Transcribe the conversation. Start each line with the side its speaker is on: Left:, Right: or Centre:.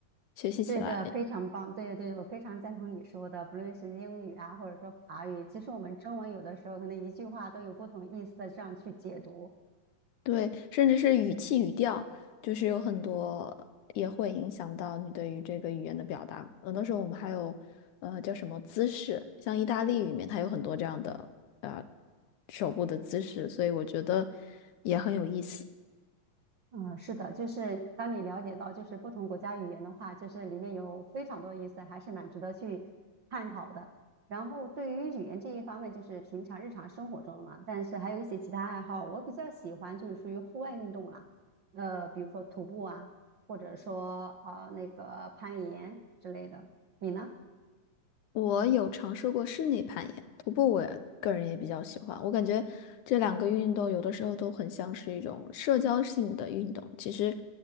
Left: 学习起来。
Right: 对的，非常棒。对对，我非常赞同你说的，不论是英语啊，或者说法语，其实我们中文有的时候可能一句话都有不同意思的这样去解读。
Left: 对，甚至是语气语调，就是有很多也会影响到你对于这个语言的表达。很多时候我们还有，呃，叫什么姿势，像意大利语里面它有很多这样的呃手部的姿势，所以我觉得也很有意思。
Right: 嗯，是的，就是当你了解到就是不同国家语言的话，就是里面有非常多的意思，还是蛮值得去探讨的。然后对于语言这一方面，就是平常日常生活中的嘛，但是还有一些其他爱好，我比较喜欢就是属于户外运动啦，呃，比如说徒步啊，或者说呃那个攀岩之类的。你呢？
Left: 我有尝试过室内攀岩，徒步我也个人也比较喜欢。我感觉这两个运动有的时候都很像是一种社交性的运动。其实